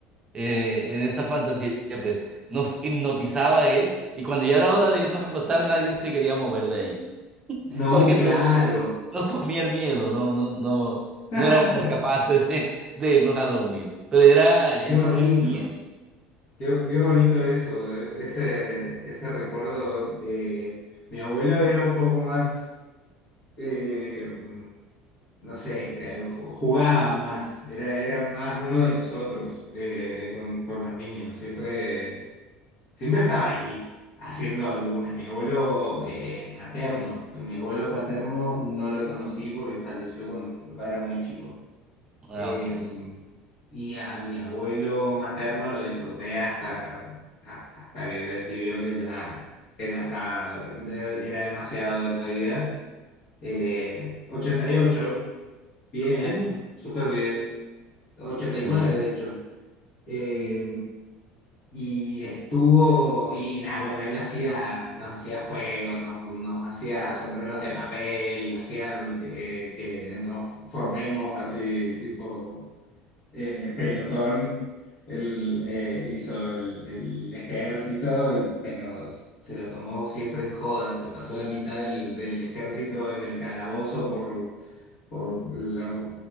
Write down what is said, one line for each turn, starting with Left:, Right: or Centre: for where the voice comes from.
Right: eh, en esa fantasía, pues nos hipnotizaba él y cuando ya era hora de irnos a acostar, nadie se quería mover de ahí, <laughs>
Left: No,
Right: porque
Left: claro.
Right: todo el mundo nos, nos comía el miedo, no, no, no,
Left: <laughs> Qué
Right: no éramos capaces de, de irnos a dormir. Pero era, esa
Left: bonito.
Right: fue mi niñez.
Left: Qué, qué bonito eso, e- ese, ese recuerdo. eh, mi abuelo era un poco más, eh, no sé, eh, ju- jugaba más, era, era más uno de nosotros eh, con, con los niños, siempre, siempre estaba ahí haciendo alguna. Mi abuelo eh, materno, mi abuelo paterno no lo conocí porque falleció cuando mi papá era muy chico.
Right: Ah,
Left: Eh,
Right: ok.
Left: y a mi abuelo materno lo disfruté hasta, a- hasta que decidió que ya, que ya estaba- que ya era demasiado de esa vida. Eh, 88, bien,
Right: Uh,
Left: súper bien. 89,
Right: muy bien.
Left: de hecho. Eh, y estuvo, y nada, bueno, él hacía, nos hacía juegos, nos, nos hacía sombreros de papel, hacía que, que nos formemos así, tipo eh, pelotón, el, eh, hizo el, el ejército, y- pero s- se lo tomó siempre en joda. Se pasó la mitad del, del ejército en el calabozo por, por, la-